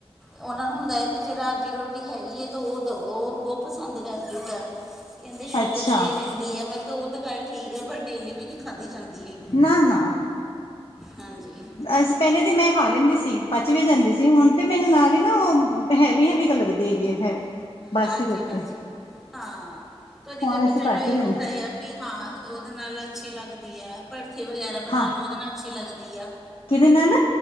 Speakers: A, in the centre; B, on the left.
A: ਉਹਨਾਂ ਨੂੰ ਹੁੰਦਾ ਹੈ ਵੀ, ਜੇ ਰਾਤ ਦੀ ਰੋਟੀ ਹੈਗੀ ਹੈ ਤਾਂ, ਉਹ ਦਵੋ, ਉਹ ਬਹੁਤ ਪਸੰਦ ਕਰਦੇ, ਇੱਦਾਂ ਕਹਿੰਦੇ ਸ਼ੂਗਰ
B: ਅੱਛਾ
A: ਸਹੀ ਰਹਿੰਦੀ ਹੈ, ਮੈਂ ਕਿਹਾ, ਉਹ ਤਾਂ ਗੱਲ ਠੀਕ ਆ, ਪਰ ਡੇਲੀ ਵੀ ਨਹੀਂ ਖਾਧੀ ਜਾਂਦੀ ਹੈ।
B: ਨਾ- ਨਾ
A: ਹਾਂਜੀ
B: ਅਸੀਂ ਪਹਿਲੇ ਤੇ ਮੈਂ ਖਾ ਲੈਂਦੀ ਸੀ, ਪਚ ਵੀ ਜਾਂਦੀ ਸੀ, ਹੁਣ ਤੇ ਮੈਨੂੰ ਨਾਲ ਹੀ ਨਾ ਉਹ ਹੈਵੀ- ਹੈਵੀਂ, ਗ ਲੱਗਦੀ ਹੈਗੀ ਆ, ਹੈ। ਬਾਸੀ
A: ਹਾਂਜੀ
B: ਰੋਟੀ
A: -ਹਾਂਜੀ, ਹਾਂ ਕਦੀ-ਕਦੀ
B: ਹੁਣ ਅਸੀਂ
A: ਚਲੋ
B: ਘੱਟ
A: ਇਹ
B: ਹੀ ਲੈਂਦੇ
A: ਹੁੰਦਾ ਹੈ। ਵੀ ਹਾਂ, ਉਹਦੇ ਨਾਲ ਅੱਛੀ ਲੱਗਦੀ ਹੈ, ਭੜਥੇ ਵਗੈਰਾ ਬਣਾ
B: ਹਾਂ
A: ਲਉ, ਉਹਦੇ ਨਾਲ ਅੱਛੀ ਲੱਗਦੀ ਆ।
B: ਕਿਹਦੇ ਨਾਲ?